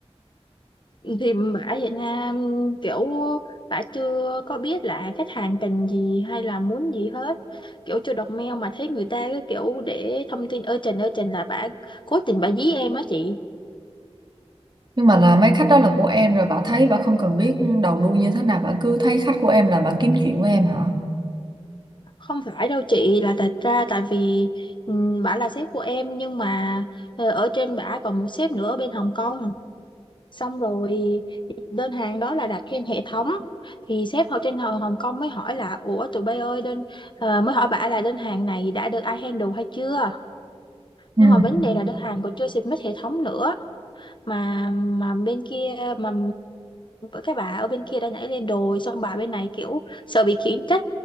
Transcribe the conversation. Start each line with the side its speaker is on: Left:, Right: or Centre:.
Left: thì bà vậy nha ừ, kiểu bà chưa có biết là khách hàng cần gì hay là muốn gì hết kiểu chưa đọc mail mà thấy người ta cái kiểu để thông tin ơi trình ơi trình là bà cố tình bà dí em á chị
Right: Nhưng mà là mấy khách đó là của em rồi, bà thấy bà không cần biết đầu đuôi như thế nào, bà cứ thấy khách của em là bà kiếm chuyện với em hả?
Left: không phải đâu chị là thật ra tại vì ừ, bà là sếp của em nhưng mà ờ, ở trên bà còn một sếp nữa ở bên Hồng Kông xong rồi đơn hàng đó là đặt trên hệ thống thì sếp họ trên Hồng Hồng Kông mới hỏi là ủa tụi bay ơi đơn ờ, mới hỏi bả là đơn hàng này đã được ai handle hay chưa
Right: Ừ.
Left: nhưng mà vấn đề là đơn hàng còn chưa submit hệ thống nữa mà mà bên kia mà các bà ở bên kia đã nhảy lên đồi xong bà bên này kiểu sợ bị khiển trách